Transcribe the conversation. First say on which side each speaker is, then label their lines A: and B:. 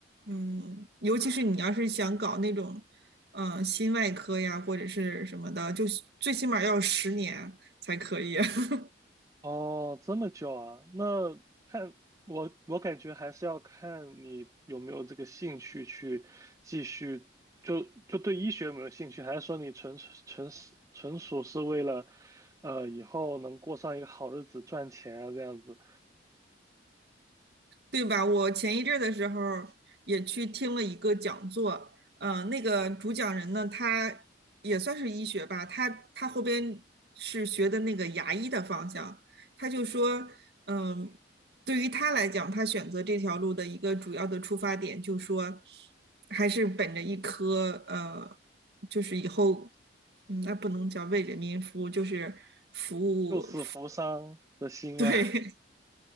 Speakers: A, on the right; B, on the right.
A: 嗯，尤其是你要是想搞那种，嗯，心外科呀或者是什么的，就是最起码要十年才可以。<laughs>
B: 哦，这么久啊？那看我，我感觉还是要看你有没有这个兴趣去继续，就就对医学有没有兴趣，还是说你纯纯是纯属是为了，呃，以后能过上一个好日子赚钱啊，这样子，
A: 对吧？我前一阵儿的时候也去听了一个讲座，呃，那个主讲人呢，他也算是医学吧，他他后边是学的那个牙医的方向，他就说，嗯、对于他来讲，他选择这条路的一个主要的出发点，就说还是本着一颗呃，就是以后，嗯，那不能叫为人民服务，就是服务，
B: 救死扶伤的心吗？
A: <laughs> 对，
B: <laughs>